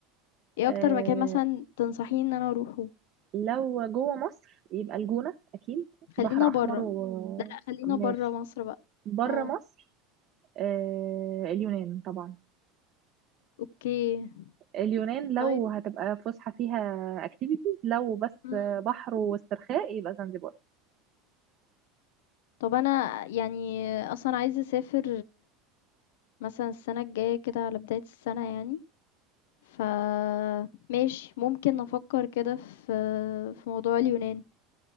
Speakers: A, on the left; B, on the right.
A: إيه
B: آه
A: أكتر مكان مثلًا تنصحيني إن أنا أروحه؟
B: لو جوه مصر يبقى الجونة أكيد بحر
A: خلّينا
B: أحمر
A: برّه،
B: وماشي
A: لأ، لأ، خلّينا برّه مصر بقى.
B: بره
A: آه،
B: مصر آه اليونان طبعا
A: أوكي،
B: اليونان لو
A: طيب
B: هتبقى فسحة فيها اكتيفيتيز لو بس
A: إمم.
B: بحر واسترخاء يبقى زنجبار
A: طَب أنا يعني أصلًا عايزة أسافر مثلًا السنة الجاية كده على بداية السنة يعني، فماشي ممكن أفكّر كده في في موضوع اليونان،